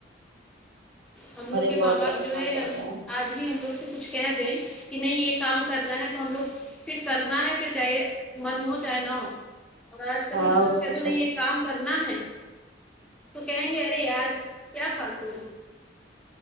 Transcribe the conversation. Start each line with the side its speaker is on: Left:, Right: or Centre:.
Centre: ہم لوگ
Right: ارے
Centre: کے
Right: بہت
Centre: ماں باپ
Right: پریشان
Centre: جو ہے
Right: کرتے
Centre: ہم
Right: ہیں
Centre: آج بھی ہم لوگ سے کچھ کہ دیں کہ نہیں یہ کام کرنا ہے تو ہم لوگ پھر کرنا ہے پھر چاہیے من ہو چاہے نہ ہو اور آج کل
Right: ہاں
Centre: کے بچوں
Right: اس
Centre: سے
Right: کو
Centre: کہہ دو نہیں ہے کام کرنا ہے تو کہیں گے ارے یار کیا فالتو میں